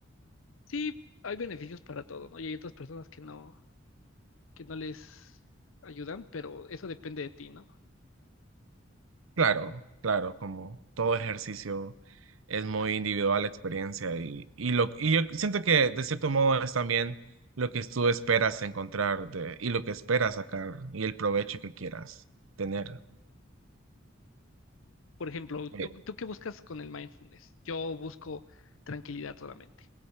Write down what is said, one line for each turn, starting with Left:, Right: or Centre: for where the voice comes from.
Left: Sí, hay beneficios para todo, ¿no? Y hay otras personas que no, que no les ayudan, pero eso depende de ti, ¿no?
Right: Claro, claro, como todo ejercicio es muy individual la experiencia y, y, lo, y yo siento que de cierto modo es también lo que tú esperas encontrar de, y lo que esperas sacar y el provecho que quieras tener.
Left: Por ejemplo, ¿tú,
Right: Eh,
Left: tú qué buscas con el mindfulness? Yo busco tranquilidad solamente.